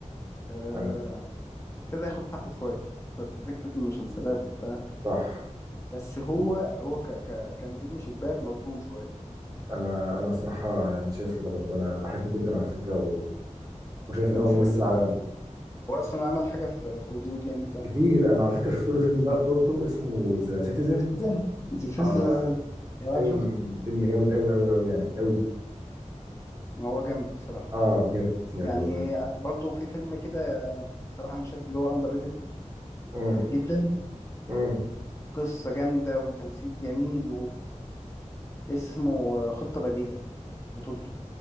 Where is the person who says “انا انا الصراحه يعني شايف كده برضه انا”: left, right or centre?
Right